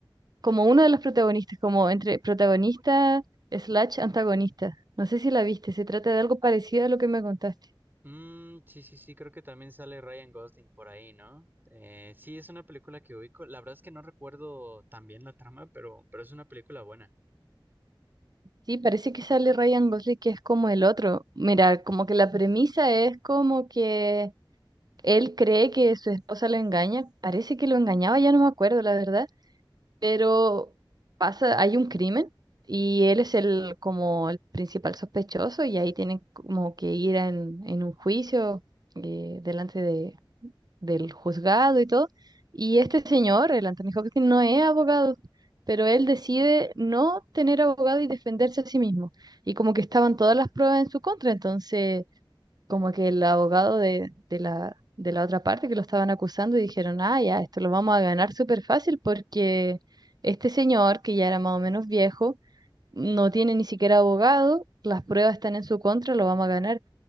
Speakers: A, on the right; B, on the right.
A: como uno de los protagonistas, como entre protagonista slash antagonista. No sé si la viste, se trata de algo parecido a lo que me contaste.
B: Mm, sí, sí, sí, creo que también sale Ryan Gosling por ahí, ¿no? Eh, sí, es una película que ubico. La verdad es que no recuerdo tan bien la trama, pero, pero es una película buena.
A: Sí, parece que sale Ryan Gosling, que es como el otro. Mira, como que la premisa es como que él cree que su esposa lo engaña. Parece que lo engañaba, ya no me acuerdo, la verdad. Pero pasa, hay un crimen y él es el como el principal sospechoso y ahí tienen como que ir en, en un juicio eh, delante del juzgado y todo. Y este señor, el Anthony Hopkins, no es abogado, pero él decide no tener abogado y defenderse a sí mismo. Y como que estaban todas las pruebas en su contra, entonces como que el abogado de, de la, de la otra parte que lo estaban acusando y dijeron, ah, ya, esto lo vamos a ganar súper fácil porque este señor, que ya era más o menos viejo, no tiene ni siquiera abogado, las pruebas están en su contra, lo vamos a ganar.